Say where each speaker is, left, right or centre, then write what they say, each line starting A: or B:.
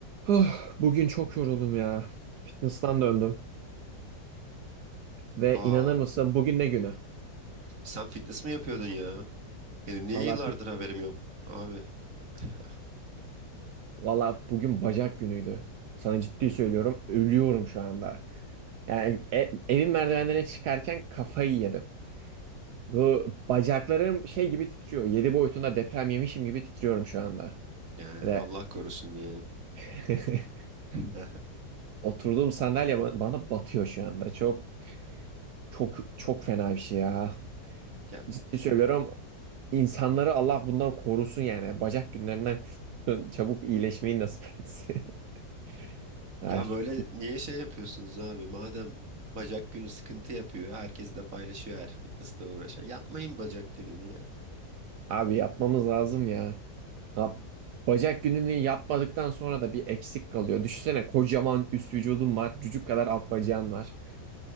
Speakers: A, on the right; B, on the right.
A: Huh, bugün çok yoruldum ya. Fitness'tan döndüm ve
B: Aa,
A: inanır mısın bugün ne günü?
B: sen fitness mi yapıyordun ya? Benim niye
A: Valla
B: yıllardır
A: fit,
B: haberim yok abi? <laughs>
A: valla bugün bacak günüydü. Sana ciddi söylüyorum, ölüyorum şu anda. Yani e- evin merdivenlerine çıkarken kafayı yedim. Bu bacaklarım şey gibi titriyor. 7 boyutunda deprem yemişim gibi titriyorum şu anda.
B: Yani
A: Ve
B: Allah korusun diyelim.
A: <laughs>
B: <laughs>
A: oturduğum sandalye ba- bana batıyor şu anda. Çok çok çok fena bir şey ya.
B: Ya,
A: Ciddi söylüyorum. İnsanları Allah bundan korusun yani. Bacak günlerinden korusun. Çabuk iyileşmeyi nasip etsin. <laughs> Ya
B: ya
A: şu-
B: böyle niye şey yapıyorsunuz abi? Madem bacak günü sıkıntı yapıyor, herkes de paylaşıyor her fitnessle uğraşan. Yapmayın bacak gününü ya.
A: abi yapmamız lazım ya. Ha, bacak gününü yapmadıktan sonra da bir eksik kalıyor. Düşünsene kocaman üst vücudun var. Cücük kadar alt bacağın var.